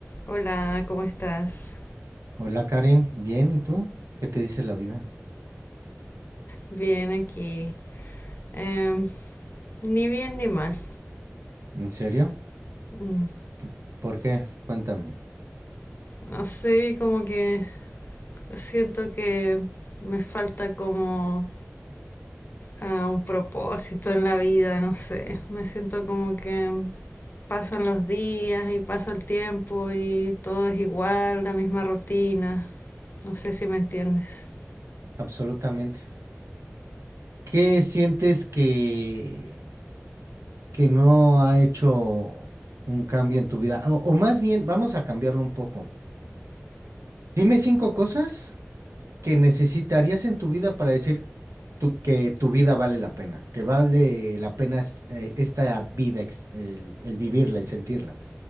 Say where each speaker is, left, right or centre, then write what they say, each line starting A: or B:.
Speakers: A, on the left; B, on the right.
A: Hola, ¿cómo estás?
B: Hola Karin, bien, ¿y tú? ¿Qué te dice la vida?
A: Bien aquí. Em, ni bien ni mal.
B: ¿En serio?
A: Mm,
B: P- ¿Por qué? Cuéntame.
A: No sé, como que siento que me falta como ah, un propósito en la vida, no sé. Me siento como que pasan los días y pasa el tiempo y todo es igual, la misma rutina. No sé si me entiendes.
B: Absolutamente. ¿Qué sientes que, que no ha hecho un cambio en tu vida? O, o más bien, vamos a cambiarlo un poco. Dime cinco cosas que necesitarías en tu vida para decir tu- que tu vida vale la pena, que vale la pena es- eh, esta vida, ex- el, el vivirla, el sentirla.